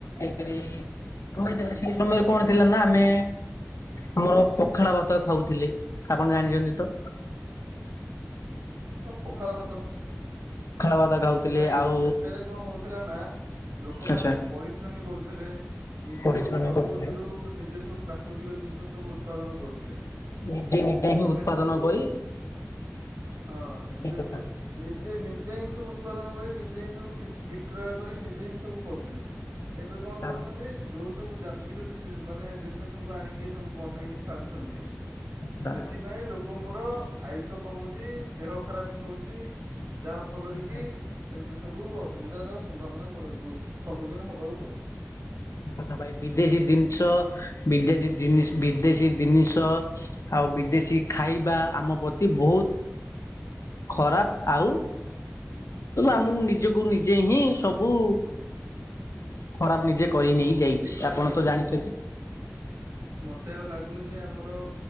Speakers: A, on the left; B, on the right.
A: ଏଇରି ଆମେ
B: ଦାୟୀ
A: ସେଇ ସମୟରେ କଣ ଥିଲା ନା ଆମେ ଆମର ପଖାଳ ଭାତ ଖାଉଥିଲେ ଆପଣ ଜାଣିଛନ୍ତି ତ <inaudible>
B: ହଁ ପଖାଳ ଭାତ
A: ଭାତ ଖାଉଥିଲେ
B: ନାଇଁ
A: ଆଉ
B: ସେତେବେଳେ କଣ ହେଉଥିଲା ନା ଲୋକମାନେ
A: ଆଚ୍ଛା
B: ପରିଶ୍ରମୀ କରୁଥିଲେ ନିଜେ
A: ପରିଶ୍ରମ
B: ସବୁ ପ୍ରକୃତିରୁ
A: କରୁଥିଲେ
B: ନିଜେ ସବୁ ପ୍ରାକୃତିକ ଜିନିଷ ସବୁ ଉତ୍ପାଦନ କରୁଥିଲେ
A: ନିଜେ ନିଜେ ହି
B: ଏବେ
A: ଉତ୍ପାଦନ
B: ସବୁ
A: କରି
B: ହଁ ନିଜେ
A: ଠିକ କଥା
B: ନିଜେ ନିଜେ ହିଁ ସବୁ ଉତ୍ପାଦନ କରି ନିଜେ ହିଁ ସବୁ ବିକ୍ରୟ କରି ନିଜେ ହିଁ ସବୁ କରୁଥିଲେ ଏବେ କଣ
A: ତା
B: କରୁଛନ୍ତି
A: ଆଚ୍ଛା
B: ଯଉ ସବୁ ଯାନ୍ତ୍ରିକ ମାନେ ଜିନିଷ ସବୁ ଆଣିକି ସବୁ ବନେଇକି ଛାଡ଼ୁଛନ୍ତି
A: ଆଚ୍ଛା
B: ସେଥିପାଇ ଲୋକଙ୍କର ଆୟୁଷ କମୁଛି ଦେହ ଖରାପ ହେଉଛି ଯାହାଫଳରେ
A: ଆଚ୍ଛା
B: କି ଏମିତି ସବୁ ଅସୁବିଧାର ସମ୍ଭାବନା ଯେଉଁ ସମ୍ମୁଖୀନ ହେବାକୁ ପଡ଼ୁଛି
A: କଥା ଭାଇ ବିଦେଶୀ
B: ବୁଝିଲେ
A: ଜିନିଷ ବିଦେଶୀ ଜି ବିଦେଶୀ ଜିନିଷ ଆଉ ବିଦେଶୀ ଖାଇବା ଆମ ପ୍ରତି ବହୁତ ଖରାପ ଆଉ ଆମକୁ ନିଜକୁ ନିଜେ ହିଁ ସବୁ ଖରାପ ନିଜେ କରି ନେଇ ଯାଇଛି
B: ଠିକ୍ କରିବାକୁ
A: ଆପଣ ତ ଜାଣି
B: ମତେ ଆଉ ଲାଗୁନି ଯେ ଆମର